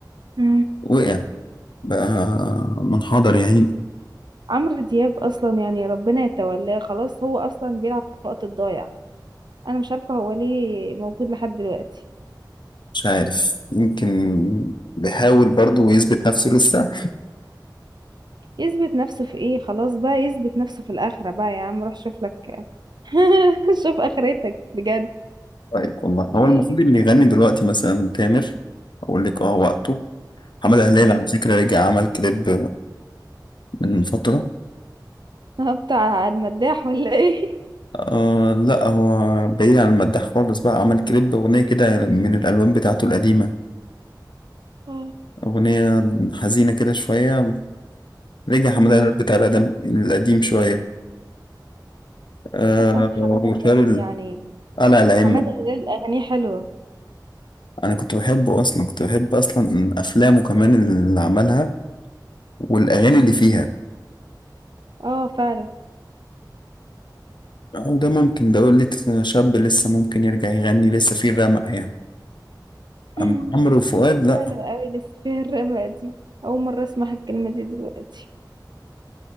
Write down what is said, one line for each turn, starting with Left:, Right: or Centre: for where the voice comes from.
Right: مم.
Left: وقع بقى منحدر يا عيني
Right: عمرو دياب اصلا يعني ربنا يتولاه خلاص هو اصلا بيلعب في الوقت الضايع انا مش عارفة هو ليه موجود لحد دلوقتي
Left: مش عارف يمكن بيحاول برضه يثبت نفسه لسه
Right: يثبت نفسه في ايه خلاص بقى يثبت نفسه في الآخرة بقى يا عم روح شوف لك <laughs> شوف آخرتك بجد
Left: رايك والله هو
Right: في
Left: المفروض
Right: ايه
Left: اللي يغني دلوقتي مثلا تامر اقول لك اه وقته محمد هلال
Right: امم
Left: على فكرة رجع عمل كليب من فترة
Right: <laughs> ها بتاع المداح ولا ايه
Left: آه لا هو بعيد عن المداح خالص بقى عمل كليب أغنية كده من الألبوم بتاعته القديمة
Right: <laughs>
Left: أغنية حزينة كده شوية رجع حمادة
Right: امم
Left: هلال بتاع القدم القديم شوية آه
Right: اصلا حمادة
Left: وشال
Right: هلال
Left: ال-
Right: يعني
Left: قلع الأئمة
Right: حمادة هلال اغانيه حلوة
Left: أنا كنت بحبه أصلا كنت بحب أصلا أفلامه كمان اللي عملها والأغاني اللي فيها
Right: اه فعلا
Left: أو ده ممكن ده يقول لي شاب لسه ممكن يرجع يغني لسه فيه الرمق يعني
Right: <laughs> هم،
Left: أما عمرو وفؤاد لأ
Right: حلوة قوي لسه فيها الرمق دي اول مرة اسمع الكلمة دي دلوقتي